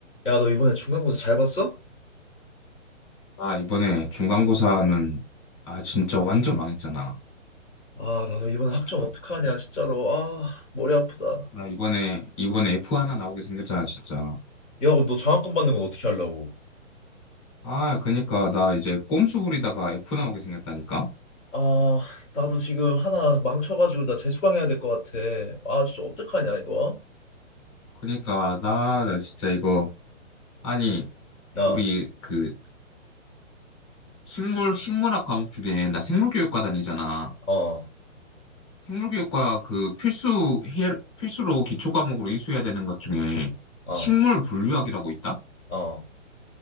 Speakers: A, in the centre; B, on the left.
A: 야, 너 이번에 중간고사 잘 봤어?
B: 아, 이번에 중간고사는, 아, 진짜 완전 망했잖아.
A: 아, 나도 이번에 학점
B: 아,
A: 어떡하냐, 진짜로. 아, 머리 아프다.
B: 나 이번에, 이번에 F 하나 나오게 생겼잖아, 진짜.
A: 야, 그럼 너 장학금 받는 건 어떻게 하려고?
B: 아, 그니까, 나 이제 꼼수 부리다가 F 나오게 생겼다니까?
A: 아, 나도 지금 하나 망쳐가지고 나 재수강해야 될 것 같아. 아, 진짜 어떡하냐, 이거?
B: 그니까, 나, 나 진짜 이거, 아니,
A: 나,
B: 우리 그, 식물, 식물학 과목 중에, 나 생물교육과 다니잖아.
A: 어,
B: 생물교육과 그 필수, 해, 필수로 기초 과목으로 이수해야 되는 것 중에,
A: 어,
B: 식물 분류학이라고 있다?
A: 어,